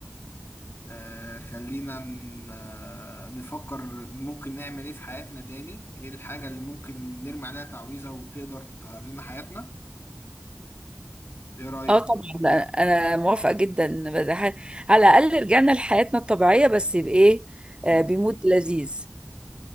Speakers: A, on the left; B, on the right.
A: آه خلينا ن- آه، نفكر ممكن نعمل ايه في حياتنا تاني ايه الحاجه اللي ممكن نرمي عليها تعويذه وتقدر تغير لنا حياتنا ايه رايك
B: اه طبعا لا، انا موافقه جدا بس ح- على الاقل رجعنا لحياتنا الطبيعيه بس بايه
A: امم
B: آه، بمود لذيذ